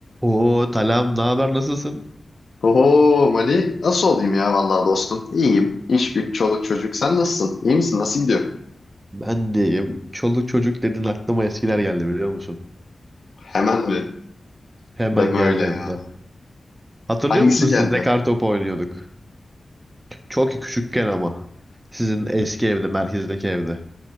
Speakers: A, on the right; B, on the left.
A: Oo Talam ne haber nasılsın?
B: Oho Mali, nasıl olayım ya vallahi dostum? İyiyim. İş güç, çoluk çocuk. Sen nasılsın? İyi misin? Nasıl gidiyor?
A: Ben diyeyim. Çoluk çocuk dedin aklıma eskiler geldi biliyor musun?
B: Hemen mi?
A: Hemen
B: Deme
A: geldi
B: öyle ya.
A: hem de. Hatırlıyor
B: Hangisi
A: musun siz
B: geldi?
A: de kartopu oynuyorduk. Çok küçükken ama. Sizin eski evde, merkezdeki evde.